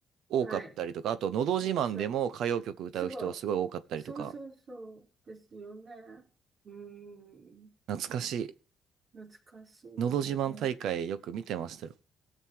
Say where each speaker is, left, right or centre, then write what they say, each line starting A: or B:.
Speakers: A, on the right (about 75°); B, on the right (about 50°).
A: 多かったりとか、
B: はい。
A: あとのど自慢でも歌謡曲歌う人すごい多かったりとか、
B: そう。そう。そうそうそう。ですよね。うーん。
A: 懐かしい。
B: 懐かしいですね。
A: のど自慢大会よく見てましたよ。